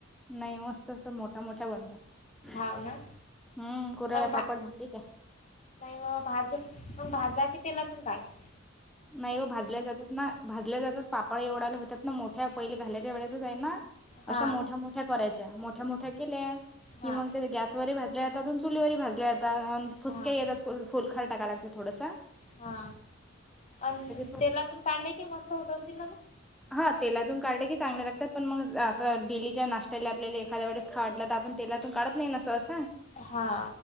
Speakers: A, in the centre; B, on the left (about 35°).
A: नाही मस्त आस मोठ्या मोठ्या बनतात
B: हाव ना
A: हम कुरळ्या
B: मग भा
A: पापड झाली काय
B: नाही व भाज म भाजा कि तेलातून काढाता
A: नाही हो भाजल्या जातात ना भाजल्या जातात पापड एवढाले होतात ना मोठ्या पहिले घाल्याच्या वेळेसच आहे ना
B: हा
A: अशा मोठ्या मोठ्या कराय च्या मोठ्या मोठ्या केल्या कि
B: हा
A: मग त्या गॅसवर ही भाजल्या जातात आन चुलीवर ही भाजल्या जातान फुसके
B: हा
A: येतात फुल फुल खार टाकाय लागतय थोडंस
B: हा आन
A: थोड
B: तेलातून काढले कि मस्त होत असतील ना ग
A: हा तेलातून काढले की चांगल्या लागतात पण मग आता डेलीच्या नाशत्याला आपल्याले खाद्या वेळेस खाव वाटल त आपण तेलातून काढत नाही ना सहसा
B: हा